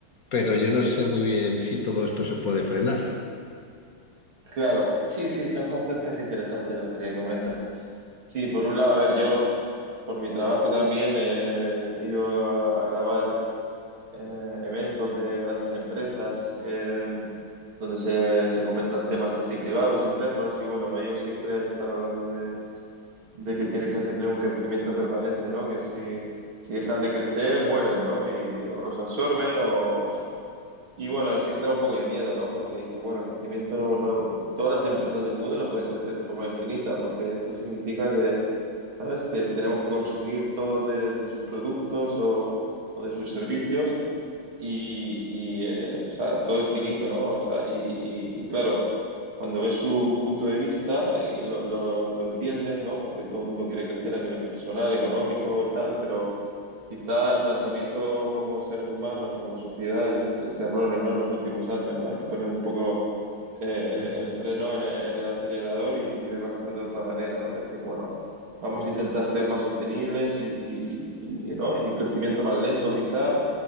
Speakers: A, on the left; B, on the right.
A: pero yo
B: Mm.
A: no sé muy bien si todo esto se puede frenar.
B: Claro, sí, sí, son conceptos interesantes los que comentas. Sí, por un lado, a ver, yo por mi trabajo también eh, he ido a, grabar eh, eventos de grandes empresas eh, donde se, se comentan temas así privados, internos, y bueno, ellos siempre están hablando de, de que tienen que tener un crecimiento permanente, ¿no? Que si, si dejan de crecer, mueren, ¿no? Y o los absorben o Y bueno, siempre da un poco de miedo, ¿no? Porque dices, bueno, el crecimiento no, no, todas las empresas del mundo no pueden crecer de forma infinita, porque esto significa que, ¿sabes? Que tenemos que consumir todo de, de sus productos o, o de sus servicios y, y, eh, o sea, todo es finito, ¿no? O sea, y, y- y, claro, cuando ves su punto de vista y lo, lo, lo entiendes, ¿no? Porque todo el mundo quiere crecer a nivel personal, económico y tal, pero quizá el planteamiento como seres humanos o como sociedad es, es erróneo, ¿no? En los últimos años, ¿no? Hay que poner un poco eh, eh, el freno en el, en el acelerador y, y ver las cosas de otra manera, ¿no? Decir, bueno, vamos a intentar ser más sostenibles y, y, y- y, ¿no? Y un crecimiento más lento quizá